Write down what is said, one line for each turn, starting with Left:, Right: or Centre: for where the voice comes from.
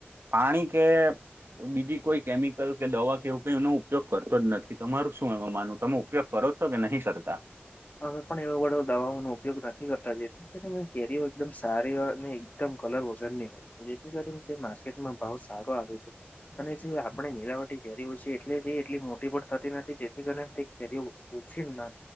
Right: પાણી કે બીજી કોઈ કેમિકલ કે દવા કેવું કઈ એનો ઉપયોગ કરતો જ નથી તમારું શું એનું માનવુ તમો પયોગ કરો છો કે નહી કરતા
Left: અમે પણ એવો <unintelligible> દવાઓ નો ઉપયોગ નથી કરતા જે <unintelligible> કેરીઓ એકદમ સારી હોય અને એકદમ કલર વગરની હોય જેથી કરી તે માર્કેટમાં ભાવ સારો આવે છે અને જે આપણે નીરાવટી કરીઓ છે એટલે તે એટલી મોટી પણ થતી નથી જેથી કરીને તે કેરીઓ ઓછી ના